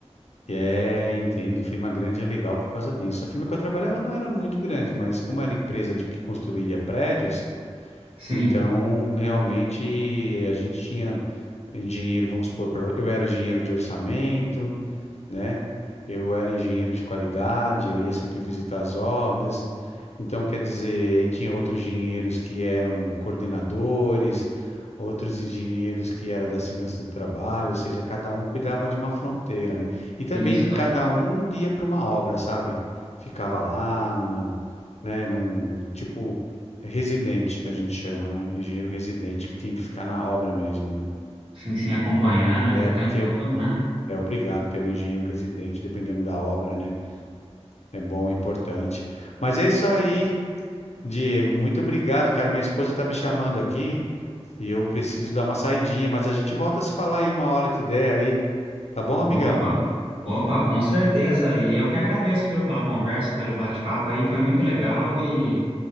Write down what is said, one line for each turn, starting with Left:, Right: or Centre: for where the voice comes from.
Left: E É, entendo. E Firma grande é legal por causa disso. A firma que eu trabalhava não era muito grande, mas como era empresa de que construía prédios,
Right: sim,
Left: então realmente a gente tinha engenheiro, vamos supor, pra- eu era engenheiro de orçamento, né? Eu era engenheiro de qualidade, eu ia sempre visitar as obras. Então, quer dizer, aí tinha outros engenheiros que eram coordenadores, outros engenheiros que eram da segurança do trabalho, ou seja, cada um cuidava de uma fronteira, né? E também
Right: isso, cara,
Left: cada um ia para uma obra, sabe? Ficava lá numa, né, num tipo residente que a gente chama, né? Engenheiro residente que tinha que ficar na obra mesmo, né?
Right: sim, sim, acompanhando ali
Left: É,
Right: o
Left: porque
Right: tempo todo,
Left: é,
Right: né,
Left: é obrigado ter um engenheiro residente dependendo da obra, né? É bom, é importante. Mas é isso aí, Diego. Muito obrigado, cara. Minha esposa está me chamando aqui e eu preciso dar uma saidinha, mas a gente volta a se falar aí uma hora que der aí. Tá bom, amigão?
Right: Opa, opa, com certeza. E eu que agradeço, viu, pela conversa, pelo bate-papo aí, foi muito legal e,